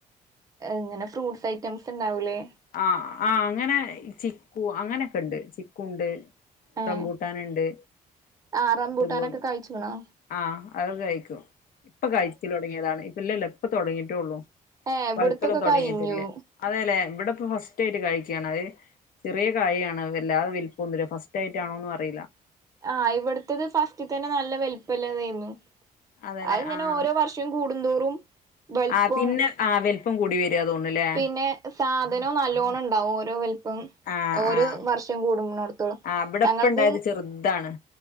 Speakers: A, on the right; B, on the left.
A: ഇങ്ങനെ ഫ്രൂട്ട്സ് ഐറ്റംസ് ഉണ്ടാവൂലേ
B: ആഹ ആ അങ്ങനെ ചിക്കു അങ്ങനെയൊക്കെ ഉണ്ട് ചിക്കുണ്ട്
A: ഏഹ്
B: റംമ്പൂട്ടാനിണ്ട്,
A: ആഹ് റംബൂട്ടാനൊക്കെ
B: അത്യേപോലെ
A: കഴിച്ച്ക്ക്ണോ
B: ആഹ് അത് കഴിക്ക്യും ഇപ്പൊ കഴിക്ക്യലൊടങ്ങിയതാണ് ഇപ്പല്ലെല്ല ഇപ്പ തൊടങ്ങീട്ടൊള്ളു
A: ഏഹ് ഇവിടുത്തൊക്കെ
B: പഴുക്കലൊന്നും തൊടങ്ങീട്ടില്ലേ
A: കഴിഞ്ഞു
B: അതേല്ലേ ഇവിടെ ദ്യാട്ട് കയിക്യാണഹ് ചെറിയ കായിയാണഹ് വല്ലാതെ വല്പൊന്നുല്ല ഫസ്റ്റായിട്ട് ആണോന്നും അറീല.
A: ആ ഇവ്ട്ത്തത് ഫസ്റ്റിത്തെ തെന്നെ നല്ല വല്പ്ള്ളതേന്നു.
B: അതെല്ലെ
A: അഹ് ഇങ്ങനെ
B: ആഹ്
A: ഓരോ വർഷം കൂടുന്തോർ ഉം വല്പോം,
B: ആഹ് പിന്നെ ആഹ് വലിപ്പം കൂടി വരിക തോന്നുന്നുല്ലേ
A: പിന്നെ സാധനം നല്ലോണണ്ടാകും ഓരോ വല്പം
B: ആഹ്
A: ഓരോവർഷം
B: ആഹ്
A: കൂടുന്നട്ത്തോളം
B: ആഹ് ഇവിടെ
A: ഞങ്ങൾത്
B: ഇപ്പ ഇണ്ടായത് ചെറുതാണ്